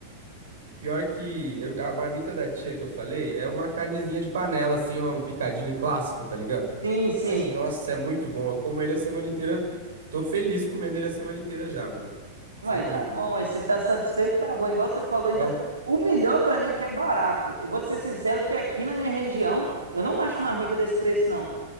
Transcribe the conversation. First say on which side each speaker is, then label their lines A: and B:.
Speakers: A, on the right; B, on the right.
A: Pior que eu- a marmita da tia que eu falei é uma carnezinha de panela, assim, um picadinho clássico, tá ligado?
B: Sim, sim.
A: Mas nossa, é muito bom. Eu como ele a semana inteira. Tô feliz comendo ele a semana inteira já, mano. Sem
B: Ué,
A: dúvida.
B: tá bom, aí se tá satisfeito, tá bom. Igual você falou, ainda.
A: Então,
B: O melhor pra mim é que é barato. Eu vou te ser sincero que aqui na minha região, eu não acho marmita desse preço, não.